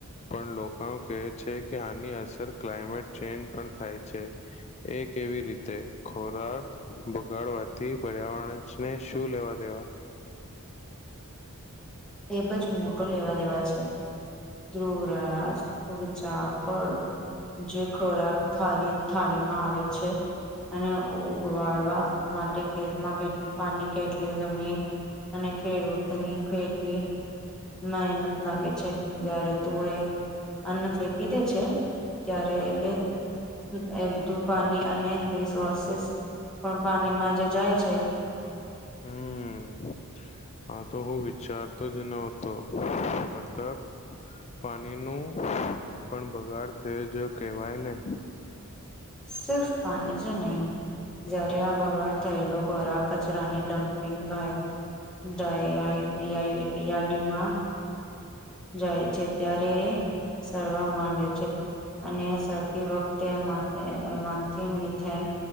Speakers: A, on the left; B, in the centre.
A: પણ લોકો ન કે છે કે આની અસર ક્લાયમેટ ચેન પણ થાય છે, એ કેવી રીતે ખોરાક બગાડવાથી પર્યાવરણ ને શું લેવા દેવા
B: એ બજ મોટો લેવા દેવા છે, ધ્રુવરાું વિચાર <inaudible> જે ખોરાક થાલી થાલીમાં આવે છે. અને ઉગવાડવા માટે ખેતમાં કેટલી પાની, કેટલી જમીન અને ખેડૂતની ખેટલી મહેનત લાગે છે, જ્યારે તું એ અન્ન ફેંકી દે છે, ત્યારે એ બે એ બધું પાની અને રિસોર્સિસ પણ પાનીમાં જે જાય છે
A: હમ હા તો હું વિચારતો જ નહતો મતલબ પાનીનું પણ બગાડ થયો જ કહેવાય ને.
B: સિર્ફ પાની જ નહીં. જ્યારે આ બગાડ થયેલો ખોરાક કચરાની ડમ્પિંગ બાર દાય આય એ આઈ યાડીમાં જાય છે, ત્યારે એ સરવા માંડે છે. અને સરતી વખતે એ માન એ માનથી મિથેન